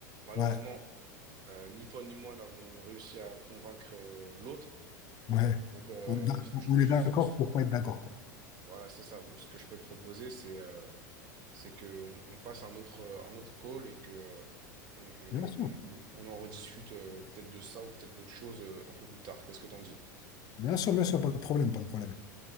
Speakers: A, on the right; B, on the left.
A: Malheureusement,
B: Ouais,
A: euh, ni toi ni moi n'avons réussi à convaincre euh, l'autre.
B: ouais.
A: Donc, euh,
B: On est d'ac-
A: ce que
B: on
A: je, je-
B: est d'accord pour pas être d'accord, quoi.
A: voilà, c'est ça. Donc, ce que je peux te proposer, c'est euh, c'est que on, on fasse un autre euh, un autre call et que euh, on, on,
B: Bien sûr,
A: on, on en rediscute euh, peut-être de ça ou peut-être d'autres choses euh, un peu plus tard. Qu'est-ce que t'en dis?
B: bien sûr, bien sûr, pas de problème, pas de problème.